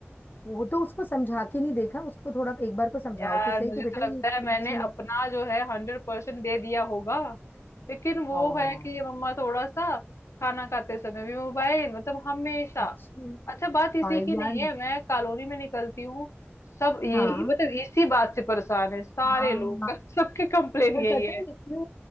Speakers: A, on the left (about 45°); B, on the left (about 85°).
A: वो तो उसको समझा के नहीं देखा उसको थोड़ा एक बार को समझाओ
B: यार
A: तो सही
B: मुझे
A: कि बेटा
B: तो लगता
A: ये चीज
B: है मैंने
A: अच्छी नहीं
B: अपना जो है हंड्रेड परसेंट दे दिया होगा लेकिन वो
A: हाँ
B: है कि ये मम्मा थोड़ा सा खाना खाते समय भी मोबाइल मतलब हमेशा
A: अच्छा
B: अच्छा बात इसी
A: हाँ
B: की
A: यार
B: नहीं है मैं कॉलोनी में निकलती हूँ सब ये
A: हाँ
B: मतलब इसी बात से परेशान है सारे
A: हाँ
B: लोग <laughs> सबकी कंप्लेन
A: पर
B: यही
A: पता है
B: है
A: इसमें